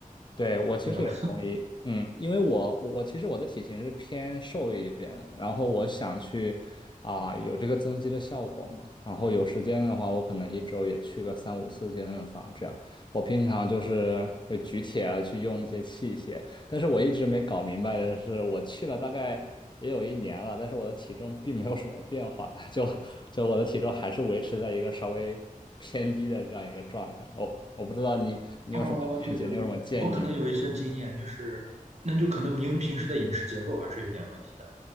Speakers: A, on the left; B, on the right.
A: 对，我其实也同意，
B: 对吧？
A: 嗯，因为我我我其实我的体型是偏瘦一点的，然后我想去啊、有这个增肌的效果嘛，然后有时间的话，我可能一周也去个三五次健身房这样。我平常就是会举铁啊，去用那些器械，但是我一直没搞明白的是，我去了大概也有一年了，但是我的体重并没有什么变化，<laughs> 就就我的体重还是维持在一个稍微偏低的这样一个状态。哦，我不知道你你有什么见解，
B: 哦，对对，
A: 你有什么建议吗？
B: 我可能有一些经验，就是那就可能您平时的饮食结构还是有点问题的，